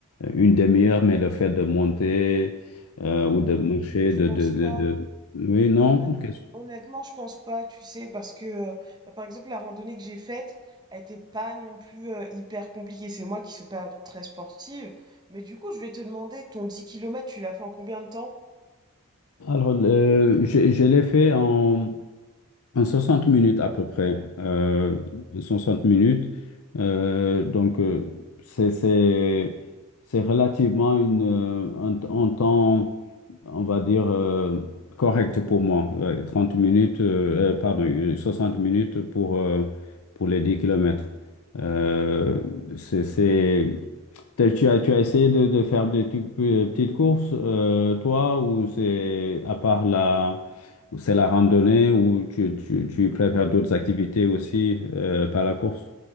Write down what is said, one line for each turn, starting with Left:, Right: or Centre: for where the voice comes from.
Left: une demi-heure, mais le fait de monter euh, ou de marcher,
Right: je
Left: de,
Right: pense
Left: de, de,
Right: pas
Left: de- Oui, non.
Right: Honn-
Left: qu'est-ce
Right: Honnêtement, je pense pas, tu sais, parce que euh, bah, par exemple la randonnée que j'ai faite, elle était pas non plus euh, hyper compliquée. C'est moi qui suis pas très sportive, mais du coup, je vais te demander, ton 10 kilomètres, tu l'as fait en combien de temps?
Left: Alors, euh, je, je l'ai fait en... En 60 minutes à peu près. Euh, 60 minutes. Euh, donc, euh, c'est, c'est, c'est relativement une, euh, un, un temps, on va dire, euh, correct pour moi. Ouais, 30 minutes, euh, euh, pardon, euh, 60 minutes pour, euh, pour les 10 kilomètres. Euh, c'est, c'est- T'as- Tu as, tu as essayé de, de faire des tout- euh, petites courses, euh, toi, ou c'est à part la, ou c'est la randonnée, ou tu, tu, tu préfères d'autres activités aussi, euh, par la course?